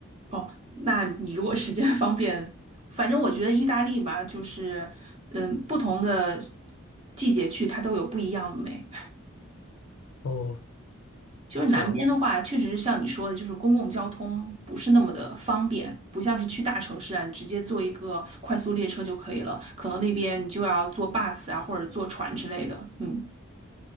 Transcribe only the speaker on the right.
哦，那你如果时间方便，反正我觉得意大利吧，就是嗯，不同的季节去它都有不一样的美。
就是南边的话，
确实是像你说的，就是公共交通不是那么的方便，不像是去大城市啊，你直接坐一个快速列车就可以了。可能那边你就要坐 bus 啊，或者坐船之类的。嗯，